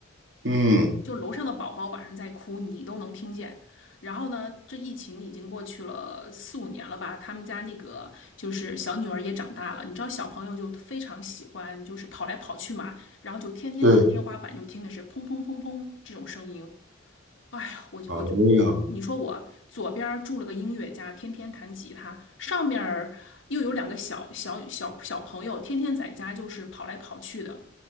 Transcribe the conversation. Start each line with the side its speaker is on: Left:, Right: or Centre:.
Right: 嗯，
Left: 就楼上的宝宝晚上在哭，你都能听见。然后呢，这疫情已经过去了四五年了吧，他们家那个就是小女儿也长大了，你知道小朋友就非常喜欢就是跑来跑去嘛，然后就天天我的天花板就听的是砰砰砰砰这种声音。
Right: 对，
Left: 哎呀，我我我，
Right: 哎呀，
Left: 你说我左边儿住了个音乐家，天天弹吉他，上面儿又有两个小小小小朋友，天天在家就是跑来跑去的。